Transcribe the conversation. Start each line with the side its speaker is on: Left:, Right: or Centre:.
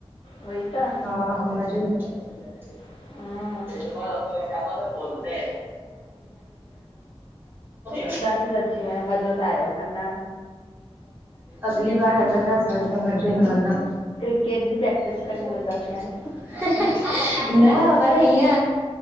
Left: उहई त।
Right: हा मज़ो <unintelligible>
Left: हम्म
Right: सब बोलते है। <unintelligible>
Left: सच में मज़ो त आयो अंञा
Right: अगली बार हल दस त वरी त मज़ो ईंदो अंञा।
Left: क्रिकेट जी प्रैक्टिस
Right: हि हि
Left: करे हलंदासीं हाणे
Right: ह न वर हिय